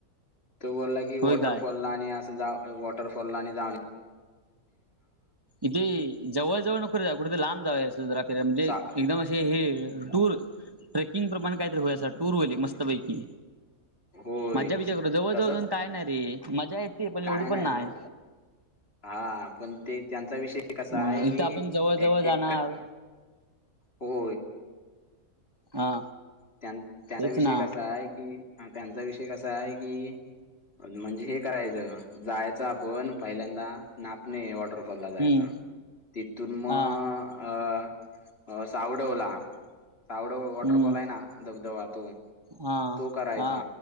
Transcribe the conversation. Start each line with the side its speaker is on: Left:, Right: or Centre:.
Left: तो बोलला. कि
Right: होय
Left: वॉटरफॉल
Right: काय
Left: ला आणि अस जा वॉटरफॉल ला जाऊन
Right: इथे जवळ जवळ नोक जा कुठेेतरी लांब जा अस जरा फेरा म्हणजे
Left: सा
Right: एकदम हे टूर ट्रेकिंग प्रमाण काहीतरी होया टूर होईल मस्त पैकी
Left: होय
Right: मजा विचार करू जवळजवळ
Left: तसच
Right: जाऊ काय नाही रे मजा येते पण
Left: काय
Right: एवढी पण नाही.
Left: रे हा पण ते त्यांचा विषय कसा
Right: म
Left: आहे
Right: इथं
Left: की
Right: आपण जवळ जवळ
Left: एक
Right: जाणार
Left: एक हो.
Right: हा.
Left: त्यां त्यांचा
Right: तेच
Left: विषय
Right: ना
Left: कसा आहे की त्यांचा विषय कसा आहे की म्हणजे हे करायचं जायचं आपण पहिल्यांदा ना. णे वॉटरफॉल ला
Right: हम्म
Left: जायचं तिथून मग
Right: हा
Left: अ अ सावडवला सावडव वॉटरफॉल
Right: हम्म
Left: आहे ना ज जव तो
Right: हा
Left: तो करायचा
Right: हा